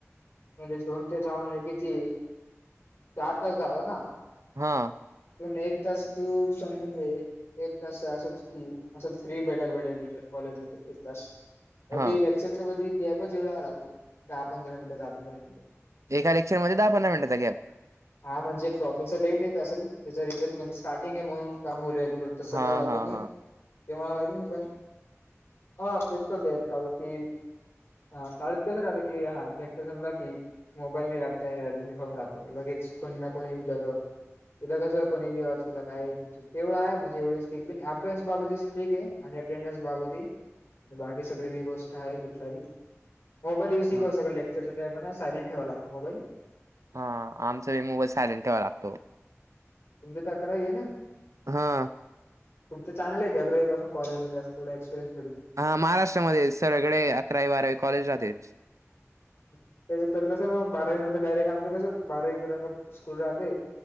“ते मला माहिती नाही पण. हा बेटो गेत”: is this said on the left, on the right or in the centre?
Left